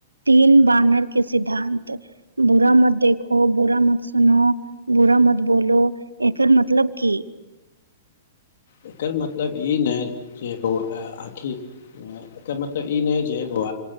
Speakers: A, on the right; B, on the left.
A: तीन बानर के सिद्धान्त बुरा मत देखो बुरा मत सुनो बुरा मत बोलो एकर मतलब की
B: एकर मतलब ई नहि जे आखि एकर मतलब ई नहि जेब